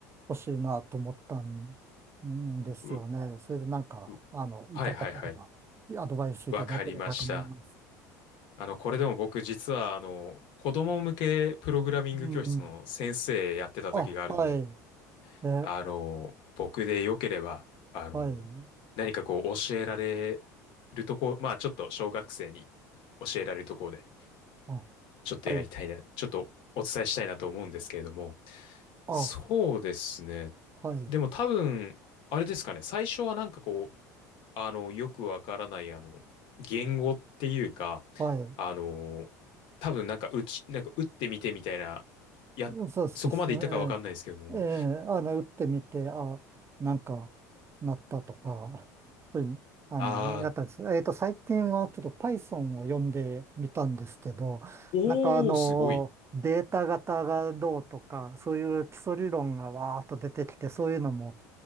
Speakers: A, on the right (about 30°); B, on the left (about 60°).
A: ほしいなと思ったんんですよね。
B: う、
A: それでなんか、
B: う、
A: あの、いただければ、
B: はいはいはい。
A: アドバイスいただければと思います。
B: わかりました。あの、これでも僕実は、あの、子供向けプログラミング教室の先生やってた時があるんで、
A: うん。あ、はい。え、
B: あの、僕でよければ、あの、
A: はい。
B: 何かこう教えられるとこ、まあちょっと小学生に教えられるところで、
A: あ、
B: ちょっとやりたいな、
A: はい。
B: ちょっとお伝えしたいなと思うんですけれども、
A: あ、
B: そうですね。
A: はい。
B: でも多分、あれですかね、最初はなんかこう、あの、よくわからない、あの、言語っていうか、
A: はい。
B: あの、多分なんか打ち、なんか打ってみてみたいな、や、
A: そうそうそう、
B: そこまでいったかわかんないですけども、
A: ええ、えーあの、打ってみて、あ、なんか、なったとか、そういう、あの、
B: あ
A: やったんです。えっと、最近はちょっと Python を読んでみたんですけど、
B: ー、おー、
A: なんかあの、
B: すごい。
A: データ型がどうとか、そういう基礎理論がわーっと出てきて、そういうのも